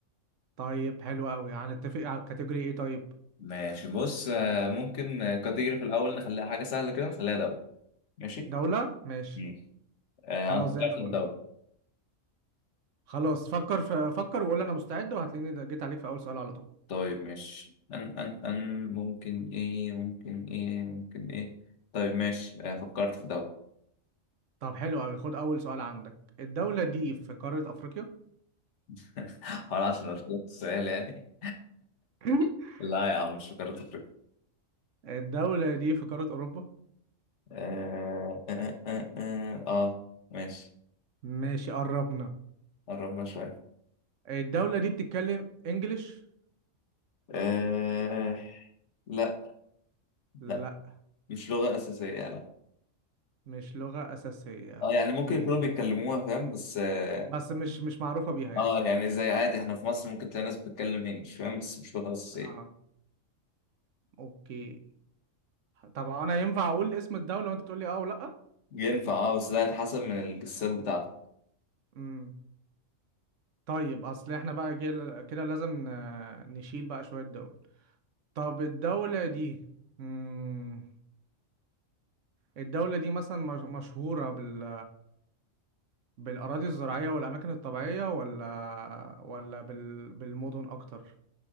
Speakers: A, on the right; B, on the left.
A: طيب حلو قوي هنتفق على الكاتيجوري ايه طيب
B: ماشي بص آه، ممكن آه، كاتيجوري في الأول نخليها حاجة سهلة كده نخليها دولة ماشي
A: دولة ماشي
B: مم. آه،
A: خلاص
B: أنا فكرت
A: زي الفل
B: في دولة
A: خلاص فكر في فكر وقول انا مستعد وهتلاقيني ده- جيت عليك في اول سؤال على طول
B: طيب ماشي ان ان ان ممكن ايه ممكن ايه ممكن ايه طيب ماشي آه فكرت في ده
A: طب حلو قوي خد اول سؤال عندك الدولة دي في قارة افريقيا
B: <laughs> ولا عشان قلت لك السؤال يعني
A: <laughs>
B: <laughs> لا يا عم مش فكرت في كده.
A: الدولة دي في قارة اوروبا
B: آه, آه, آه, آه, اه ماشي
A: ماشي قربنا
B: قربنا شويه
A: الدولة دي بتتكلم انجليش
B: آه لا لا
A: لا
B: مش لغة أساسية لا
A: مش لغة أساسية اوكي
B: اه يعني ممكن يكونوا بيتكلموها فاهم بس اه
A: بس مش مش معروفة بيها يعني
B: آه، يعني زي عادي احنا في مصر ممكن تلاقي ناس بتتكلم انجلش فاهم بس مش لغة أساسية
A: اه اوكي طب انا ينفع اقول اسم الدولة وانت تقول لي اه ولا لا؟
B: ينفع اه بس ده هيتحسب من الجسات بتاعتك
A: امم طيب اصل احنا بقى كده كده لازم ن- نشيل بقى شوية دول طب الدولة دي امم الدولة دي مثلا مش- مشهورة بال بالأراضي الزراعية والأماكن الطبيعية ولا ولا بال... بالمدن أكتر